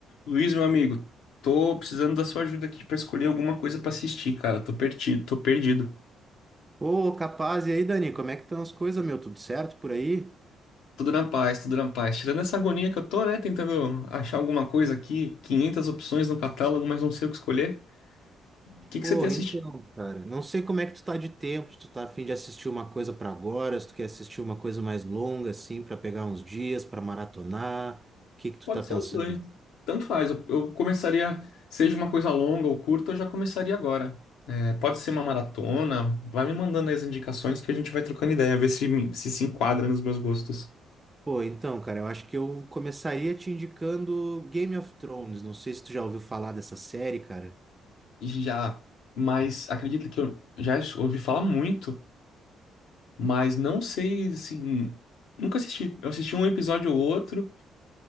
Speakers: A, on the left (about 85°); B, on the right (about 20°).
A: Luiz, meu amigo, tô precisando da sua ajuda aqui pra escolher alguma coisa pra assistir, cara. Tô perdido, tô perdido.
B: Ô, capaz, e aí, Dani, como é que estão as coisas, meu? Tudo certo por aí?
A: Tudo na paz, tudo na paz. Tirando essa agonia que eu tô, né, tentando achar alguma coisa aqui, 500 opções no catálogo, mas não sei o que escolher. O que que
B: Porra,
A: você tem assistido?
B: então, cara, não sei como é que tu tá de tempo, se tu tá a fim de assistir uma coisa pra agora, se tu quer assistir uma coisa mais longa, assim, pra pegar uns dias, pra maratonar, o que que tu
A: Pode
B: tá pensando?
A: ser os dois. Tanto faz. Eu, eu começaria, seja uma coisa longa ou curta, eu já começaria agora. É, pode ser uma maratona. Vai me mandando aí as indicações que a gente vai trocando ideia, ver se, me- se se enquadra nos meus gostos.
B: Pô, então, cara, eu acho que eu começaria te indicando Game of Thrones, não sei se tu já ouviu falar dessa série, cara.
A: Já, mas acredito que eu já ouvi falar muito, mas não sei, assim, nunca assisti. Eu assisti um episódio ou outro,